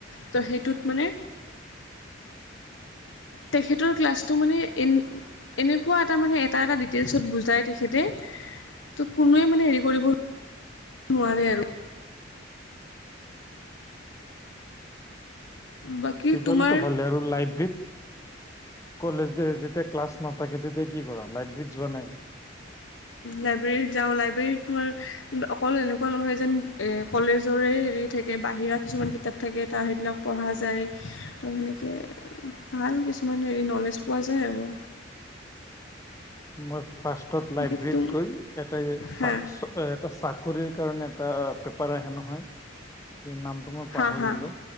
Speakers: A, on the left; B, on the left.
A: ত' সেইটোত মানে তেখেতৰ ক্লাছটো মানে এন এনেকুৱা এটা মানে এটা এটা ডিটেইলছত বুজাই তেখেতে, ত কোনোৱে মানে হেৰি কৰিব নোৱাৰে আৰু। বাকী
B: তেতিয়া
A: তোমাৰ
B: হ'লেতো ভালে আৰু লাইভ্ৰীট কলেজ যে যেতিয়া ক্লাছ নাথাকে তেতিয়া কি কৰা লাইব্ৰেৰীত যোৱা নাই?
A: লাইব্ৰেৰীত যাওঁ লাইব্ৰেৰীত তোমাৰ অকল এনেকুৱা নহয় যেন এ কলেজৰে হেৰি থাকে বাহিৰা কিছুমান কিতাপ থাকে তাৰ সেইবিলাক পঢ়া যায় ত সেনেক তে ভাল কিছুমান হেৰি নলেজ পোৱা যায় আৰু।
B: মই ফাৰ্ষ্টত
A: বাকী
B: লাইব্ৰেৰীত
A: তুম
B: গৈ এটা চা
A: হা
B: চ এ এটা চাকৰিৰ কাৰণে এটা পেপাৰ আহে নহয় কি নামটো মই পাহৰিলোঁ
A: হা হা